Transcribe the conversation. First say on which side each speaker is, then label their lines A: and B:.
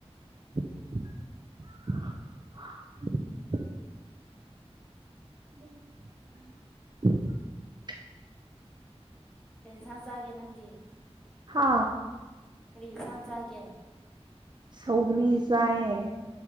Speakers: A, on the right (about 45°); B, in the centre.
A: <inaudible> <inaudible>
B: ꯀꯩ ꯍꯦꯟꯁꯥꯡ ꯆꯥꯒꯦ ꯅꯪꯗꯤ?
A: ꯍꯥ
B: ꯀꯔꯤ ꯍꯦꯟꯁꯥꯡ ꯆꯥꯒꯦ?
A: ꯁꯧꯒ꯭ꯔꯤ ꯆꯥꯏꯌꯦ꯫